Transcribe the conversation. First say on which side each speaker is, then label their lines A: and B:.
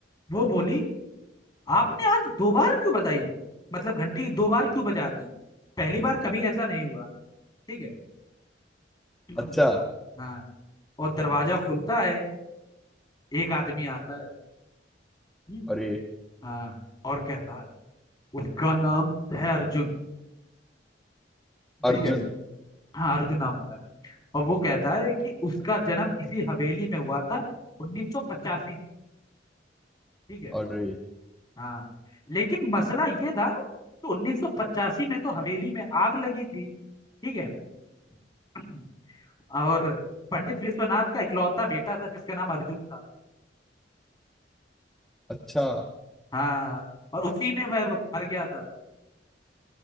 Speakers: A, on the left; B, in the centre.
A: वो बोली आपने आज दो बार क्यों बजाई मतलब घंटी दो बार क्यों बजा दी पहली बार कभी ऐसा नहीं हुआ ठीक है <clears throat>
B: अच्छा
A: हाँ और दरवाजा खुलता है एक आदमी आता है हम्म,
B: अरे
A: हाँ और कहता है उसका नाम है अर्जुन ठीक
B: अर्जुन
A: है हाँ अर्जुन नाम होता है और वो कहता है कि उसका जन्म इसी हवेली में हुआ था 1985 में ठीक है
B: अरे
A: हाँ लेकिन मसला ये था कि 1985 में तो हवेली में आग लगी थी ठीक है <clears throat> और पंडित विश्वनाथ का इकलौता बेटा था जिसका नाम अर्जुन था
B: अच्छा
A: हाँ और उसी में वह मर गया था